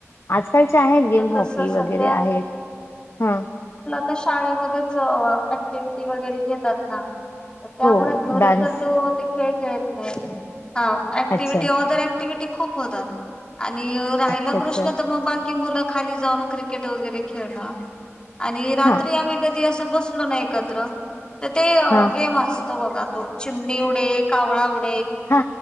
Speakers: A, on the left; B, on the left.
A: त्यांचे आहेत गेम
B: तर
A: हॉकी
B: तस
A: वगैरे
B: सध्या
A: आहेत हा.
B: तर शाळेमध्येच ऍक्टिव्हीटी वगैरे घेतात ना तर त्यामुळे
A: हो
B: घरी
A: डान्स
B: तर तो ते खेळ खेळत नाही ह ऍक्टिव्हिटी
A: अच्छा
B: औदर ऍक्टिव्हटी खूप होतात आणि राहिला
A: अच्छा अच्छा
B: प्रश्न तर मग बाकी मुलं खाली जाऊन क्रिकेट वगैरे खेळणं आणि रात्री
A: हा
B: आम्ही कधी असं बसलो ना एकत्र तर ते
A: हा
B: गेम असत <unintelligible>
A: हा